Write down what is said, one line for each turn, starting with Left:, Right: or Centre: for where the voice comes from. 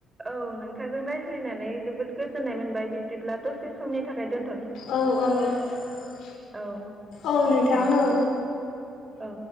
Right: औ नोंथांजों रायज्लायनानै जोब जोबोद गोजोननाय मोनबाय बिदिब्ला दसे समनि थाखाय दोन-
Left: औ औ
Right: औ
Left: औ नोंथां
Right: दे बिदिबा
Left: औ
Right: औ